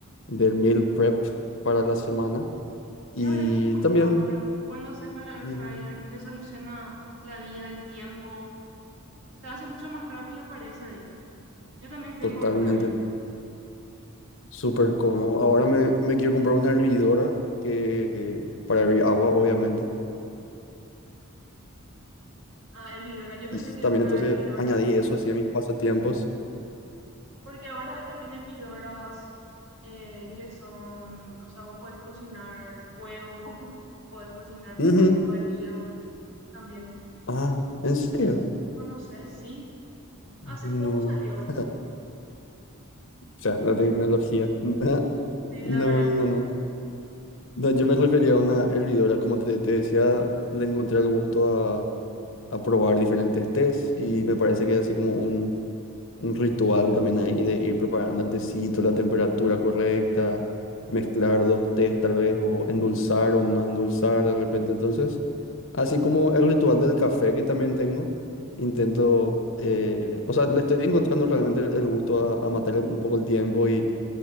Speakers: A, on the left; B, on the right.
A: del meal prep para la semana. Y
B: La verdad que es muy
A: también,
B: rápido. Cuando haces con la air
A: ujú,
B: fryer, te soluciona la vida, el tiempo. Se hace mucho más rápido, parece ahí. Yo también tengo
A: totalmente,
B: air fryer.
A: súper cómodo. Ahora me, me quiero comprar una hervidora que, para hervir agua, obviamente.
B: Ah, hervidora, yo pensé
A: Y s-
B: que
A: también
B: una
A: entonces
B: hervidora
A: añadí eso así a mis pasatiempos.
B: Porque ahora hay también hervidoras eh, que son, o sea, vos podés cocinar huevo, <laughs> podés cocinar
A: Ujú.
B: pollo hervido también.
A: Ah, ¿en serio?
B: No sé si conoces, sí. Hace
A: No.
B: poco salió.
A: O sea, la tecnología. <laughs>
B: Sí,
A: No,
B: la verdad que
A: no,
B: sí.
A: no. No, yo me refería a una hervidora, como te, te decía, le encontré el gusto a, a probar diferentes tés y me parece que es así como un, un ritual también ahí de ir preparando el tecito, la temperatura correcta, mezclar dos tés tal vez, o endulzar o no endulzar de repente. Entonces... Así como el ritual del café que también tengo, intento, eh, o sea, le estoy encontrando realmente el el gusto a, a matar el- un poco el tiempo y,